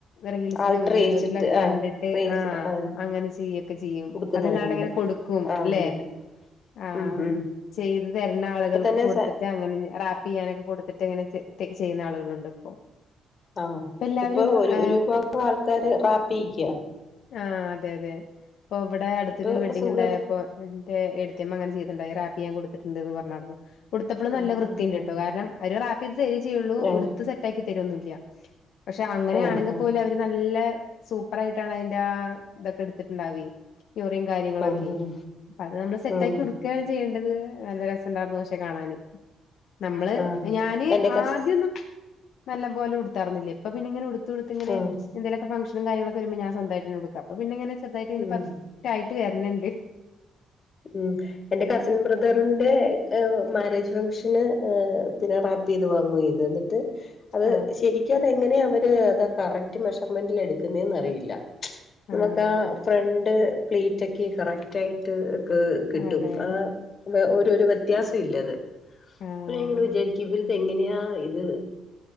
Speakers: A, on the left; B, on the left.
A: റീൽസിലും
B: ആൾട്ടർ
A: വീഡിയോസിലൊക്കെ
B: ചെയ്യിച്ചിട്ട്
A: കണ്ടിട്ട്
B: ആ റീൽസ്
A: ആഹ്
B: ആ
A: അങ്ങനെ ചെയ്യ ക്കെ ചെയ്യും
B: ഉടുക്കുന്നവരുണ്ട്
A: അതല്ലാണ്ട് ഇങ്ങനെ കൊടുക്കും
B: ആ
A: അല്ലെ
B: ഉണ്ട്ണ്ട്
A: ആഹ്
B: ഉം ഉം
A: ചെയ്ത് തരണ ആളുകൾക്ക്
B: ഇപ്പൊ തന്നെ
A: കൊടുത്തിട്ട്
B: സ
A: അങ്ങനെ റാപ്പ് ചെയ്യാനൊക്കെ കൊടുത്തിട്ട് ത് ഇങ്ങനെ ചെയ്യുന്ന ആളുകളുണ്ട് ഇപ്പൊ
B: ആഹ്
A: ഇപ്പ എല്ലാവരും
B: ഇപ്പൊ ഒരു
A: ഏഹ്
B: ഒരു വിഭാഗം ആൾക്കാര് റാപ്പയിക്കാ
A: ആഹ് അതെ അതെ ഇപ്പൊ ഇവിടെ അടുത്തൊരു
B: ഇപ്പൊ
A: വെഡിംഗ്
B: സുഖല്ല
A: ഉണ്ടായപ്പോ എന്റെ എ അങ്ങനെ ചെയ്തിണ്ടായി അങ്ങനെ റാപ്പയ്യാൻ കൊടുത്തിട്ടുണ്ട്ന്ന് പറഞ്ഞാർന്നു ഉടുത്തപ്പളും നല്ല
B: ഉം
A: വൃത്തിണ്ട്
B: ഉം ഉം
A: ട്ടോ കാരണം <unintelligible> ചെയ്യുള്ളൂ
B: ഏ
A: ഉടുത്ത് സെറ്റാക്കി തരൊന്നി ല്ല പക്ഷെ അങ്ങനെയാണെങ്കിൽ
B: ഏ ആ
A: പോലും അവര് നല്ല സൂപ്പർ ആയിട്ടാണ് അയിൻ്റെ ആ തൊക്കെ എടുത്തിട്ടുണ്ടാവേ ഞൊറിം കാര്യങ്ങളൊക്കെ
B: ഉം ഉം
A: അപ്പ അത് നമ്മള് സെറ്റ്
B: ഉം
A: ആക്കി ഉടുക്കാണ് ചെയ്യേണ്ടത് നല്ല രസം ഇണ്ടായിർന്നു പക്ഷെ കാണാന് നമ്മള്
B: ആ
A: ഞാന്
B: എന്റെ കസ്
A: ആദ്യൊന്നും നല്ലം പോലെ ഉടുത്താറ്ന്നില്ലേ ഇപ്പൊ പിന്ന ഇങ്ങനെടുത്ത്ടുത്ത് ഇങ്ങനെ
B: ആ
A: എന്തങ്കിലൊക്കെ ഫംഗ്ഷനും കാര്യങ്ങളൊക്കെ വരുമ്പോ ഞാൻ സ്വന്തായിട്ടന്നെ ഉടുക്കാ <unintelligible> പിന്നെങ്ങനെ ായിട്ട
B: ഉം
A: പഫക് ആയി് <unintelligible> ട്ട് വരണിണ്ട്
B: ഉം എന്റെ കസിൻ ബ്രദറിന്റെ മാര്യേജ് ഫങ്ക്ഷന് ഏ പിന്നെ റാപ്പ് വാങ്ങുവ ചെയ്‌ത് എന്നിട്ട് അത്
A: ആഹ്
B: ശരിക്കും അതെങ്ങനെയാ അവൻ ഇത് ഏതാ കറക്റ്റ് മെഷർമെന്റിൽ എടുക്കുന്നേന്ന അറിയില്ല നമുക്ക്
A: ആഹ്
B: ആ ഫ്രണ്ട് പ്ലീറ്റൊക്കെ കറക്റ്റായിട്ട് ക്‌ കിട്ടും
A: അതെ
B: ആ <unintelligible> ഒരു വ്യത്യാസം ഇല്ല അത്
A: ആഹ്
B: എങ്ങനെ വിചാരിക്കും ഇവര് ഇതു എങ്ങനെയാ ഇത്